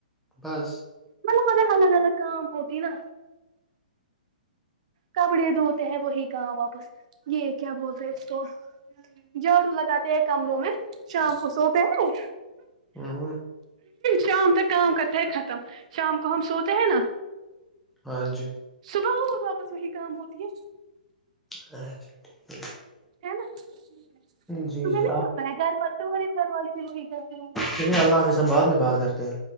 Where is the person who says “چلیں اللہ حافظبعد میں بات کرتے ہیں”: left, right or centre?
Centre